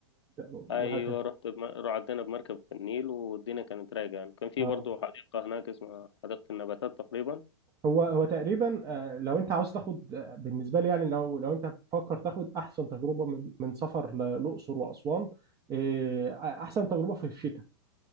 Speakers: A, on the right; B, on the left.
A: وهكذا
B: ايوه رحت بم... رعدنا بمركب في النيل والدنيا كانت رايقه يعني كان في
A: آه.
B: برضه حديقه هناك اسمها حديقه النباتات تقريبا
A: هو هو تقريبا آه، لو انت عاوز تاخد آه، بالنسبة لي يعني لو لو انت بتفكر تاخد احسن تجربة من من سفر ل- للأقصر وأسوان آه، احسن تجربة في الشتاء